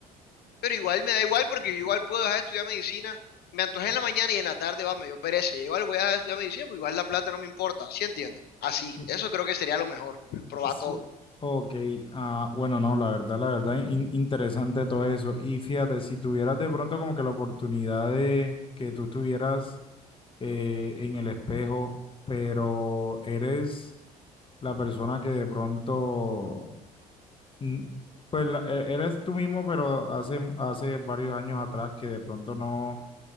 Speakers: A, on the left; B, on the left.
A: Pero igual me da igual porque yo igual puedo dejar de estudiar medicina. Me antojé en la mañana y en la tarde, va, me dio pereza. Igual voy a dejar de estudiar medicina, pero igual la plata no me importa. ¿Sí entiendes? Así,
B: ok.
A: eso creo que sería lo mejor, probar
B: Sí.
A: todo.
B: Ok, ah, bueno, no, la verdad, la verdad, in- interesante todo eso. Y fíjate, si tuvieras de pronto como que la oportunidad de que tú estuvieras eh, en el espejo, pero eres la persona que de pronto, mm, pues la- e- eres tú mismo, pero hace, hace varios años atrás que de pronto no,